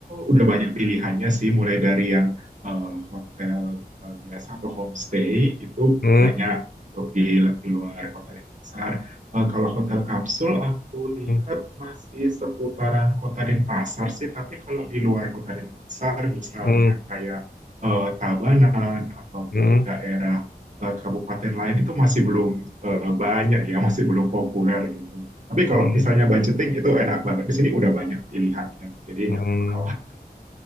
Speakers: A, on the right (about 50°); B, on the left (about 65°).
A: udah banyak pilihannya sih. Mulai dari yang eh, hotel eh, biasa atau homestay itu
B: hmm,
A: banyak untuk di, di luar kota Denpasar. Eh, kalau hotel kapsul aku lihat
B: hmm,
A: masih seputaran Kota Denpasar sih, tapi kalau di luar Kota Denpasar misalnya
B: hmm,
A: kayak eh, Tabanan ataupun
B: hmm,
A: daerah eh, kabupaten lain itu masih belum eh, banyak ya, <laughs> masih belum populer gitu. Tapi
B: hmm,
A: kalau misalnya budgeting itu enak banget. Di sini udah banyak pilihannya, jadi
B: hmm.
A: nggak perlu khawatir.